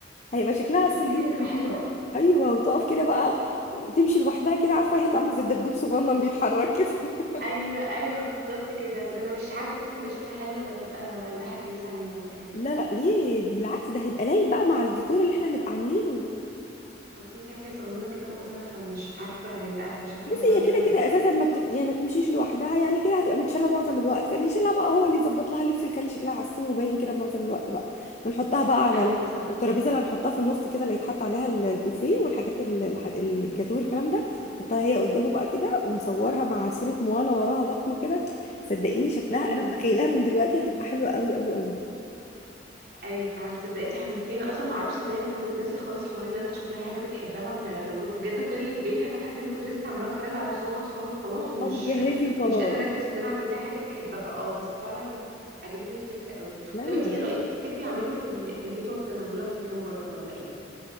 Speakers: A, on the left; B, on the right.
A: هيبقى شكلها عسول
B: تفتكري
A: جدا
B: هتبقى حلوه
A: فيها ايوه وتقف كده بقى وتمشي لوحدها كده عارفه هي تعمل زي الدبدوب صغنن بيتحرك كده <laughs>
B: ايوه ايوه بالظبط كده ما انا مش عارفه تفتكري يبقى شكلها حلو ولا تبقى ولا نضحك الناس علينا ولا ايه
A: لا لا ليه بالعكس ده هيبقى لايق بقى مع الديكور اللي احنا هنبقى عاملينه
B: اصل انت عارفه هي صغنونه كده واقزع فمش عارفه هيبقى شكله
A: بصي
B: حلو عليها
A: هي كده
B: ولا
A: كده
B: لا
A: اساسا ما بتت... يعني ما بتمشيش لوحدها يعني كده هتبقى متشاله معظم الوقت فاللي يشيلها بقى هو اللي يظبط لها اللبس ويخلي شكلها عسول وباين كده معظم الوقت بقى ونحطها بقى على
B: ايوه
A: ال-
B: صح
A: الترابيزه اللي هنحطها في النص كده اللي يتحط عليها ال- البوفيه والحاجات ال- الح- الجاتوه والكلام ده نحطها هي قدامه بقى كده ونصورها مع صوره موانا وراها ضخمه كده صدقيني شكلها
B: امم
A: انا متخيلها من دلوقتي هتبقى حلوه قوي قوي قوي
B: ايوه فعلا صدق انت حمستيني انا اصلا ما اعرفش ازاي انا كنت ناسيه خالص حوار ان انا اشوف لها حاجه بتحبها واعملها لها لا، كنت بجد كل اللي في بالي انا فاتحه بنترست عماله اتفرج على صور صور وخلاص ومش
A: اه بتجهزي وخلاص
B: ومش قادره اركز في ان انا اعمل لها حاجه بتحبها اه بس فعلا عجبتني الفكره قوي
A: لا
B: طب انت
A: انا
B: ايه رايك تفتكري اعمله في ال... في البيت ولا نعمله لها في مكان بره ولا ايه